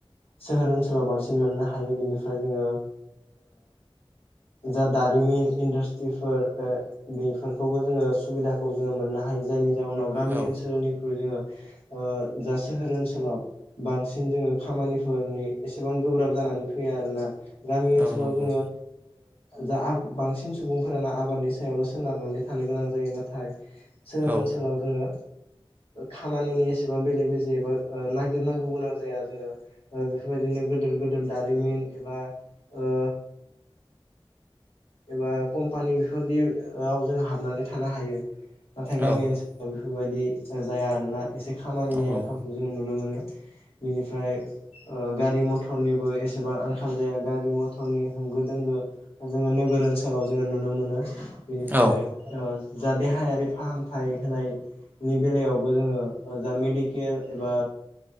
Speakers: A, on the left; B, on the right.
A: सोहोर ओनसोलाव बांसिन मोननो हायो। बेनिफ्राय जोङो जा दारिमिन इन्डासट्रिफोर बेफोरखौबो जोङो सुबिदाखौ जोङो मोननो हायो। जायनि जा उनाव गामि
B: औ
A: ओनसोलनिख्रुइ जोङो जा सोहोर ओनसोलाव बांसिन जोङो खामानि फोरनि एसेबां गोब्राब जानानै फैया आरो ना गामि ओनसोलाव
B: औ नंगौ
A: जोङो जा बांसिन सुबुंफोरानो आबादनि सायावल' सोनारनानै थानो गोनां जायो। नाथाय सोहोर
B: औ
A: ओनसोलाव जोङो खामानिनि एसेबां बेले बेजेबा नागिरनांगौ गोनां जाया जोङो बेफोरबायदिनो गोदिर गोदिर दारिमिन एबा ओ एबा कम्पानि बेफोरदियाव जों हाबनानै थानो हायो। नाथाय गामि
B: औ
A: ओनसोलाव बेफोरबायदि जाया आरोना एसे खामानिनि
B: नंगौ
A: आंखालखौ जों नुनो मोनो। बिनिफ्राय गारि मथरनिबो एसेबां आंखाल जाया गारि मथरनि होंगो दोंगो जोङो नोगोर ओनसोलाव जोङो नुनो मोनो। बेनिफ्राय
B: औ
A: जा देहायारि फाहामथाय होनाय नि बेलायावबो जोङो जा मेडिकेल एबा